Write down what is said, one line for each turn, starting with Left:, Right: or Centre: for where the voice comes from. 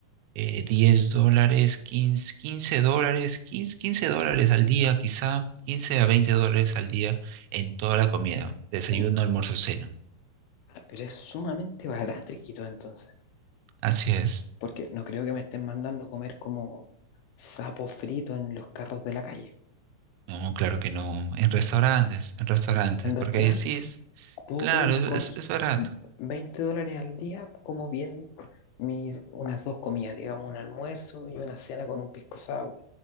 Right: eh, 10 dólares, 15 15 dólares, 15 15 dólares al día quizá, 15 a 20 dólares al día en toda la comida, desayuno,
Left: En-
Right: almuerzo, cena.
Left: ah, pero es sumamente barato, Iquitos, entonces.
Right: Así es.
Left: Porque no creo que me estén mandando comer como sapo frito en los carros de la calle.
Right: No, claro que no. En restaurantes, en restaurantes,
Left: ¿En
Right: porque
Left: restaurantes?
Right: ahí sí es.
Left: Puedo
Right: Claro,
Left: comer
Right: es,
Left: con
Right: es barato.
Left: 20 dólares al día, como bien mis, unas dos comidas, digamos, un almuerzo y una cena con un pisco sour,